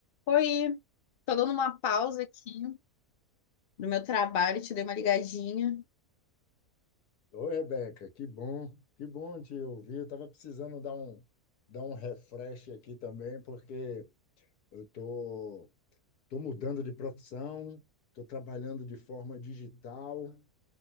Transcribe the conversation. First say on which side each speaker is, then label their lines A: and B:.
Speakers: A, on the left; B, on the left.
A: Oi, tô dando uma pausa aqui do meu trabalho, te dei uma ligadinha.
B: Oi, Rebeca, que bom, que bom te ouvir. Eu estava precisando dar um, dar um refresh aqui também, porque eu tô, tô mudando de profissão, estou trabalhando de forma digital,